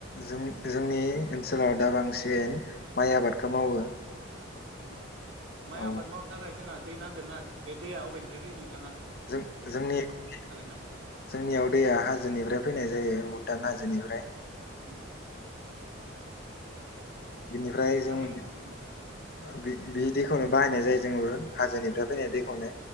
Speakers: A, on the left; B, on the right.
A: जों जोंनि ओनसोलाव दा बांसिन माइ आबादखौ मावो
B: अमाइ
A: औ
B: आबाद मावनो थाखाय जोंहा दै नांगोन ना बे दैया अबेनिफ्राय फैयो नों
A: जों जोंनियाव
B: ना
A: जोंनियाव दैया हाजोनिफ्राय फैनाय जायो भुटान हा जोनिफ्राय
B: उम
A: बिनिफ्राय
B: नोंथांमोन
A: जों बि
B: उम
A: बि दैखौनो बाहायनाय जायो जोंबो हाजोनिफ्राय
B: औ
A: फैनाय दैखौ नो